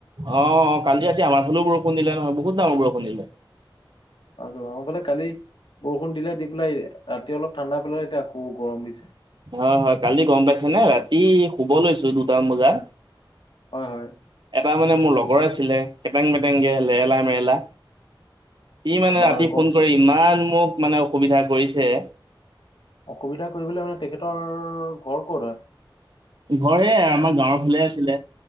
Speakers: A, on the right; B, on the left.
A: অ, কালি ৰাতি আমাৰ ফালেও বৰষুণ দিলে নহয়, বহুত দাঙৰ বৰষুণ দিলে।
B: আৰু, আমাৰ ফালে কালি বৰষুণ দিলে দি পেলাই ৰাতি অলপ ঠাণ্ডা পেলাই এতিয়া আকৌ গৰম দিছে।
A: অ হয়, কালি গম পাইছে নে, ৰাতি শুব লৈছোঁ দুটামান বজাত।
B: হয় হয়।
A: এটা মানে মোৰ লগৰ আছিলে। কেটেং মেটেংকে, লেৰেলা মেৰেলা। ই মানে
B: বাৰু
A: ৰাতি
B: কওকচোন
A: ফোন কৰি ইমান মোক মানে অসুবিধা কৰিছে,
B: অসুবিধা কৰিবলৈ মানে তেখেতৰ ঘৰ ক'ত হয়?
A: ঘৰ এই আমাৰ গাঁৱৰ ফালে আছিলে।